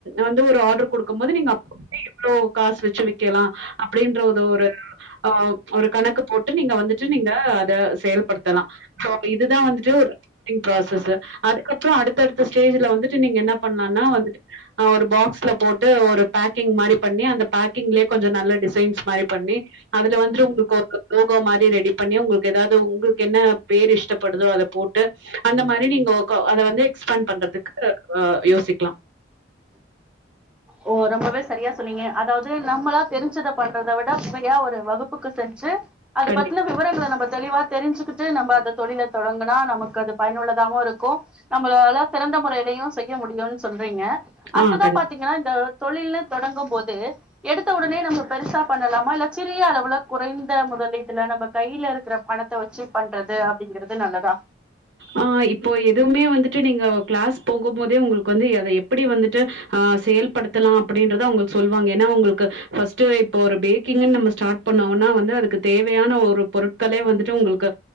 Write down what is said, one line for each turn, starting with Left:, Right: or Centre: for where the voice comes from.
Right: வந்து ஒரு ஆட்ரு குடுக்கம் போது நீங்க அப் ஏ இவ்ளோ காசு வெச்சி விக்கலா அப்டின்ற த ஒரு ஆ ஒரு கணக்கு போட்டு நீங்க வந்துட்டு நீங்க அத செயல்படுத்தலா சோ இது இதுதா வந்துட்டு ஒரு பேக்கிங் ப்ராசஸ்சு அதுக்கப்றோ அடுத்தடுத்த ஸ்டேஜுல வந்துட்டு நீங்க என்னா பண்லானா வந்துட்டு அ ஒரு பாக்ஸ்ல போட்டு ஒரு பேக்கிங் மாரி பண்ணி அந்த பேக்கிங்லே கொஞ்ச நல்ல டிசைன்ஸ் மாரி பண்ணி அதுல வந்துட்டு ஒங்ளுக்கு ஒரு லோகோ மாரி ரெடி பண்ணி ஒங்ளுக்கு எதாது ஒங்ளுக்கு என்ன பேர் இஷ்ட்ட படுதோ அத போட்டு அந்த மாரி நீங்க கோ அத வந்து எக்ஸ்பண்ட் பண்றதுக்கு யோசிக்லா
Centre: ஓ ரொம்பவே சரியா சொன்னீங்க அதாவது நம்மளா தெரிஞ்சத பண்றத விட யா ஒரு வகுப்புக்கு செஞ்சி அது
Right: கண்டிப்பா.
Centre: பத்தின விவரங்கள நம்ம தெளிவா தெரிஞ்சுக்கிட்டு நம்ம அத தொழில தொடங்குனா நமக்கு அது பயனுள்ளதாவு இருக்கு நம்மளால சிறந்த முறையிலயு செய்ய முடியுனு சொல்றீங்க அடுத்ததா
Right: ஆ கண்டிப்பா.
Centre: பாத்தீங்கன்னா இந்த தொழில்னு தொடங்கம் போது எடுத்த உடனே நம்ம பெருசா பண்ணலாமா இல்ல சிறிய அளவுல குறைந்த முதலீட்டுல நம்ம கையில இருக்கிற பணத் த வச்சு பண்றது அப்படிங்கறது நல்லதா
Right: ஆ இப்போ எதுவுமே வந்துட்டு நீங்க கிளாஸ் போகும் போதே உங்களுக்கு வந்து அத எப்படி வந்துட்டு ‌ஆ செயல்படுத்தலா அப்படின்றத அவங்க சொல்லுவாங்க ஏன்னா உங்களுக்கு ஃபர்ஸ்ட் இப்ப ஒரு பேக்கிங் நம்ம ஸ்டார்ட் பண்ணவ்னா வந்து அதுக்கு தேவையான ஒரு பொருட்களே வந்துட்டு உங்களுக்கு